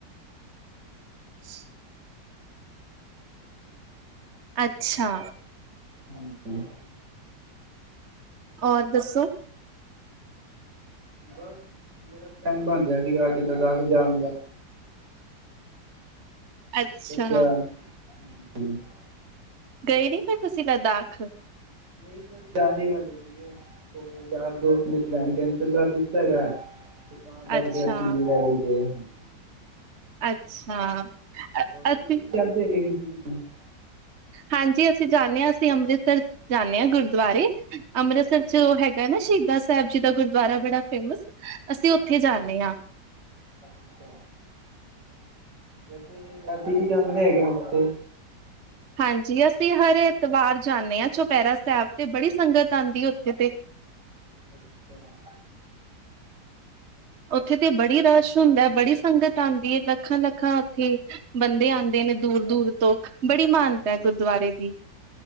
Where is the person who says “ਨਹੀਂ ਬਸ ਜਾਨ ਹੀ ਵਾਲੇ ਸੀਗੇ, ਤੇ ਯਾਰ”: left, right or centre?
Right